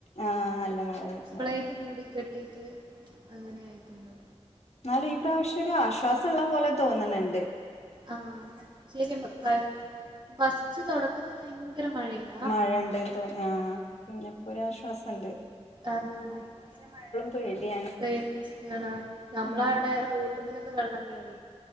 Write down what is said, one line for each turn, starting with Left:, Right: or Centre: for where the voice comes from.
Left: ആ നല്ല മഴ. വരുന്നത്
Right: <unintelligible> ളേക്ക മൂടി കെട്ടീട്ട് അങ്ങനെ ആയിട്ട്ണ്ട്.
Left: ന്നാലും ഈ പ്രാവശ്യം ഒരു ആശ്വാസം ള്ള പോലെ തോന്ന്ണ് ണ്ട്.
Right: ആ <unintelligible> ഫസ്റ്റ് തുടക്കത്തി ഭയങ്കര മഴേനി
Left: മഴ ണ്ട്ന്ന് തോന്നി ആ പിന്നെപ്പോ ഒരാശ്വാസണ്ട്
Right: അതാണ് <unintelligible>
Left: പേടിയാണ്
Right: പ്രശ്നള നമ്മള
Left: ഉം
Right: അവിടെ റോ റോട്ടുമ്മൽ ഒക്കെ വെള്ളം കേറി